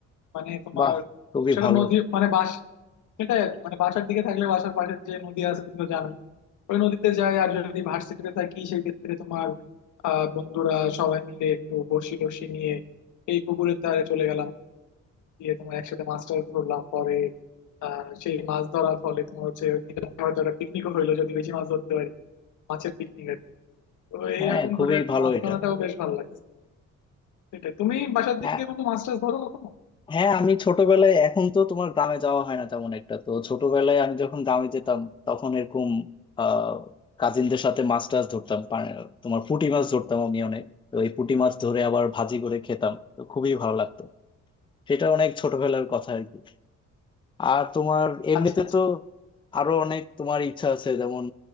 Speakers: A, on the left; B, on the left.
A: মানে তোমার
B: বাহ খুবই
A: সেটা
B: ভালো
A: নদী মানে বাস সেটাই আর কি মানে বাসার দিকে থাকলে বাসার পাশে যে নদী আছে তুমি তো জানোই ওই নদীতে যাই আর যদি ভার্সিটিতে থাকি সেই ক্ষেত্রে তোমার আহ বন্ধুরা সবাই মিলে একটু বড়শি টড়শি নিয়ে এই পুকুরের ধারে চলে গেলাম গিয়ে তোমার একসাথে মাছ টাছ ধরলাম পরে আহ সেই মাছ ধরার ফলে তোমার হচ্ছে ওই দিন রাত্রে হয়তো একটা পিকনিকও হইলো যদি বেশি মাছ ধরতে পারি মাছের পিকনিক আর কি। তো
B: হ্যাঁ
A: এইরকম
B: খুবই
A: করে আর কি
B: ভালো
A: মাছ
B: এটা
A: ধরাটাও বেশ ভালো লাগে সেটাই তুমি বাসার দিকে
B: হ্যাঁ
A: বন্ধু মাছ টাছ ধরো কখনো
B: হ্যাঁ আমি ছোটবেলায় এখন তো তোমার গ্রামে যাওয়া হয় না তেমন একটা তো ছোটবেলায় আমি যখন গ্রামে যেতাম তখন এরকম আহ কাজিনদের সাথে মাছ টাছ ধরতাম পা- তোমার পুঁটি মাছ ধরতাম আমি অনেক তো এই পুঁটি মাছ ধরে আবার ভাজি করে খেতাম তো খুবই ভালো লাগতো সেটা অনেক ছোটবেলার কথা আর কি আর তোমার এমনিতে
A: আচ্ছা আচ্ছা
B: তো আরো অনেক তোমার ইচ্ছা আছে যেমন